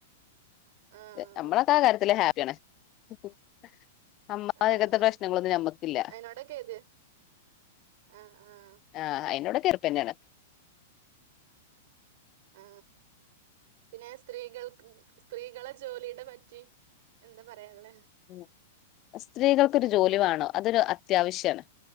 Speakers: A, on the right; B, on the left.
A: ആഹ്
B: ഹ് അമ്മളൊക്കെ ആ കാര്യത്തില് ഹാ <unintelligible> അമ്മനികത്തെ
A: ആഹ്
B: പ്രശ്നങ്ങളൊന്നു ഞമ്മക്കില്ല
A: അയിനോടൊക്കെ ഇത് ആഹ് ആഹ്
B: ആ അയിനോടെക്കെ റപ്പന്നെയാണ്
A: ആ പിന്നെ സ്ത്രീകൾക്ക് സ്ത്രീകളെ ജോലിയുടെ പറ്റി എന്താ പറയാനുള്ളേ
B: ഉം സ്ത്രീകൾക്കൊരു ജോലി വേണോ അതൊരു അത്യാവശ്യാണ്